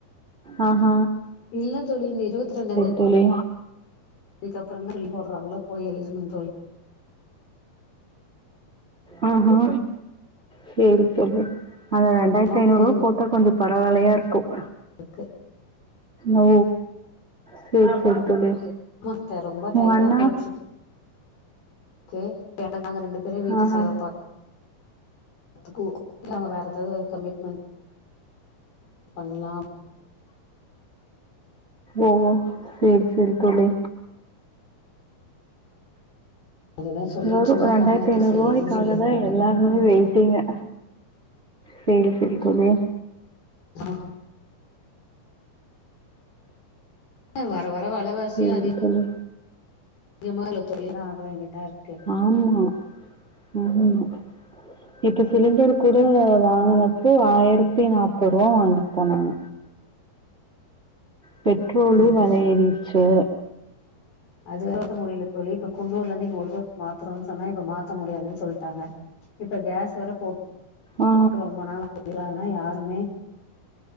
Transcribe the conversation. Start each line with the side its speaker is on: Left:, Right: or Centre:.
Right: ஆ ஹ
Left: இல்ல தோழி இந்த இருவத் ரெண்டான் தேதி
Right: தோழி
Left: அதுக்கப்பறோ தா எழுதி போடுறாங்களா போய் எழுதணும் தோழி
Right: ஆ ஹ சேரி தோழி அதா ஆயிரத்து
Left: அம்மாக்கு
Right: ஐநூரூவா போட்டா கொஞ்சோ பரவாலயா இருக்கும்
Left: ஓகே
Right: ஓ செரி செரி தோழி
Left: மத்த ரொம்ப டைட்டா
Right: உங்க அண்ணா?
Left: போயிட்டு இருக்கு ஓகே நாங்க ரெண்டு பேரும் வீட்டு
Right: ஆஹா.
Left: செலவு பாத் அதுக்கு நம்ம வேற ஏதாவது ஒரு கமிட் பண்லாம்
Right: ஓ செரி செரி தோழி
Left: அதுதா சொல்லிட்டு
Right: நானு
Left: இருந்த
Right: ஒரு ரெண்டாயிரத்தி
Left: கணவர்ட்ட
Right: ஐநூறுவாய்க்காக
Left: சேரின்னு சொல்லியிருக்காங்க
Right: தா எல்லா முழு வெயிட்டிங்கு செரி செரி தோழி
Left: ஆ வர வர வெலவாசியு
Right: சரி
Left: அதிக
Right: தோழி.
Left: அதிகமால தோழி ஆக வேண்டியதாருக்கு
Right: ஆமா ம் இப்போ சிலிண்டர் கூட வாங்குனப்போ ஆயிரத்தி நாப்பதுருவா வாங்கிட்டு போனாங்க பெட்ரோலு
Left: ம்
Right: வெல ஏறிடுச்சு
Left: அது வேற முடில தோழி இப்ப குன்னூர்ல இருந்து இங்க உள்ளூருக்கு மாத்துனுன் சொன்னா இப்ப மாத்த முடியாதுன் சொல்டாங்க இப்ப கேஸ் வர போ
Right: ஆ,
Left: ரொம்ப நாளா முடியலனா யாருமே